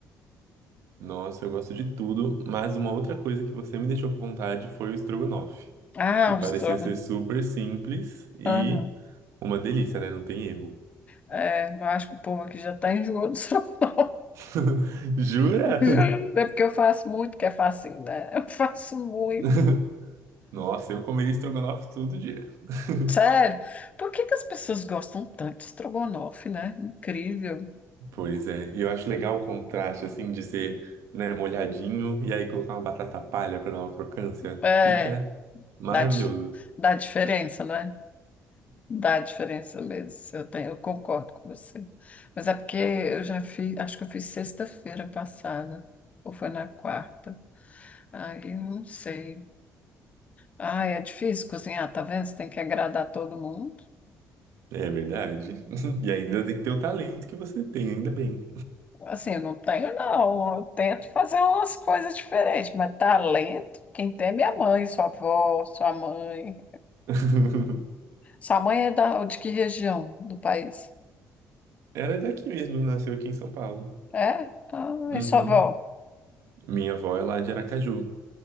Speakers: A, on the right; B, on the left.
A: Nossa, eu gosto de tudo, mas uma outra coisa que você me deixou com vontade foi o estrogonofe,
B: Ah,
A: que parecia
B: o estrogonofe.
A: ser super simples e
B: Aham.
A: uma delícia, né? Não tem erro.
B: É, eu acho que o povo aqui já tá enjoado do estrogonofe.
A: <laughs> Jura?
B: <laughs> É porque eu faço muito, que é facinho, né? Eu faço muito.
A: <laughs> Nossa, eu comeria estrogonofe todo dia. <laughs>
B: Sério, por que que as pessoas gostam tanto de estrogonofe, né? Incrível.
A: Pois é, e eu acho legal o contraste, assim, de ser, né, molhadinho e aí colocar uma batata palha pra dar uma crocância.
B: É,
A: Fica maravilhoso.
B: dá, di- dá diferença, né? Dá diferença mesmo. Eu tenho, eu concordo com você. Mas é porque eu já fiz, acho que eu fiz sexta-feira passada, ou foi na quarta. Aí eu não sei. Ai, é difícil cozinhar, tá vendo? Você tem que agradar todo mundo.
A: É verdade. <laughs> E ainda tem que ter o talento que você tem, ainda bem.
B: Assim, eu não tenho, não. Eu tento fazer umas coisas diferentes, mas talento, quem tem é minha mãe, sua avó, sua mãe.
A: <laughs>
B: Sua mãe é da, de que região do país?
A: Ela é daqui mesmo, nasceu aqui em São Paulo.
B: É? Ah,
A: Uhum.
B: em sua avó?
A: Minha avó é lá de Aracaju,